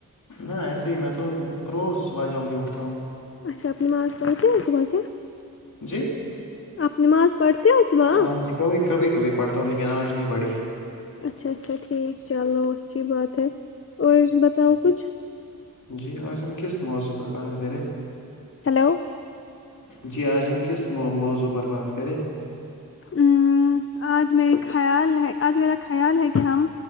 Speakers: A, on the left; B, on the left.
A: نہ ایسے ہی میں تو روز صبح جلدی اٹھتا ہوں
B: اچا نماز پنتی ہے صبح کی
A: جی
B: آپ نماز پڑھتے ہو صبح
A: ہاں جی کبھی کبھی کبھی پڑھتا ہوں لیکن آج نہیں پڑھی
B: اچھا اچھا ٹھیک چلو اچھی بات ہے اور بتاؤ کچھ
A: جی آج ہم کس موضوع پر بات کرے
B: ہلو
A: جی آجم کس موضوع پر بات کریں؟
B: ہ آج میرے خیال ہے آج میرا خیال ہے کہ ہم